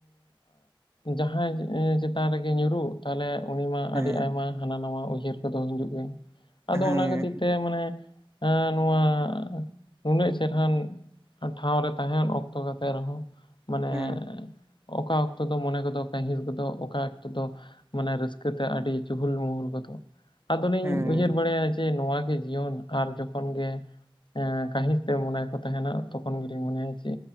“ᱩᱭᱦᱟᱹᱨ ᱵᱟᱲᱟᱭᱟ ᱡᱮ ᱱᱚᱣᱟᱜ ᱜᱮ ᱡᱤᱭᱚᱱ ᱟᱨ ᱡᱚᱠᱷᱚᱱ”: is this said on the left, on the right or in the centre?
Left